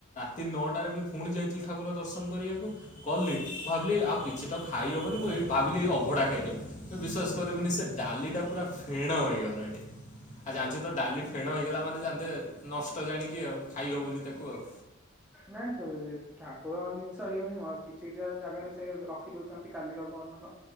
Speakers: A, on the left; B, in the centre.
A: ତିନି ନଅଟାରେ ବି ପୁଣି ଯାଇଥିଲୁ ଠାକୁର ଦର୍ଶନ କରିବାକୁ। କଲି ମୁ ଭାବିଲି ଆଉ କିଛି ତ ଖାଇହବନି ମୁଁ ଏ ଭାବିଲି ଏଇ ଅଭଢ଼ା ଖାଇଦେଉି ବିଶ୍ୱାସ। କରିବୁନି
B: ହୁଁ ହୁଁ
A: ସେ ଡାଲି ଟା ପୁରା ଫେଣ ହେଇଗଲାଣି। ଆଉ ଜାଣିଛୁ ତ ଡାଲି ଫେଣ ହେଇଗଲା ମାନେ ଜାଣନ୍ତେ ନଷ୍ଟ ଜାଣିକି ଆଉ ଖାଇହବନି ତାକୁ ଆଉ।
B: ନାଇଁ କ ଠାକୁରଙ୍କ ଜିନିଷ ଏଇ ନହଁ କିଛିଟା ଜାଗାରେ ସେ ରଖ। ଦଉଛନ୍ତି କାଲିର ବବନର।